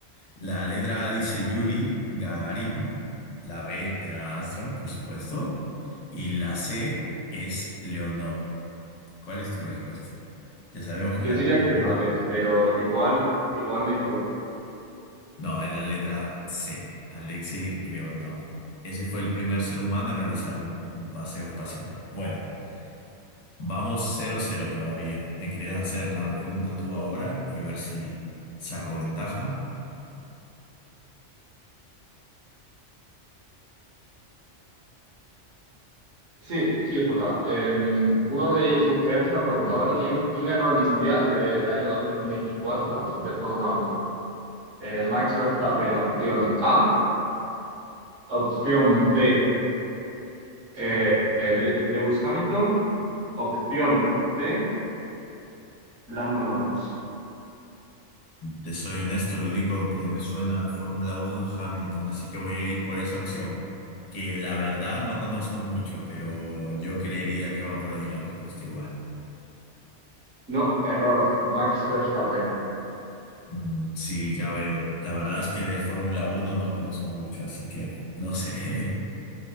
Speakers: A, on the left; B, on the right.
A: La letra A dice Yuri Gagarin, la B era Armstrong, por supuesto, y la C es Leonov. ¿Cuál es tu respuesta? Ya sabemos
B: Yo
A: que la
B: diría
A: letra
B: que
A: B
B: es la
A: no
B: B,
A: es.
B: pero igual, igual me equivoco.
A: No, es la letra C, Alexei Leonov. Ese fue el primer ser humano en realizar un, un paseo espacial. Bueno. Vamos cero cero todavía. Me querías hacer la pregunta tú ahora y ver si saco ventaja.
B: Sí, sí, Jota. Eh, uno de ellos, quería hacer una pregunta, ¿vale? ¿Quién, quién ganó el Mundial del año 2024 de Fórmula Uno? Eh, Max Verstappen, opción A. Opción B, eh, eh, Le- Lewis Hamilton. Opción C, Lando Norris.
A: Te soy honesto, lo único que me suena de Fórmula Uno es Hamilton, así que voy a ir por esa opción, que la verdad no conozco mucho, pero yo creería que va por ahí la respuesta igual.
B: No, error. Max Verstappen.
A: Mm, Sí, ya veo. La verdad es que de Fórmula Uno no conozco mucho, así que no sé.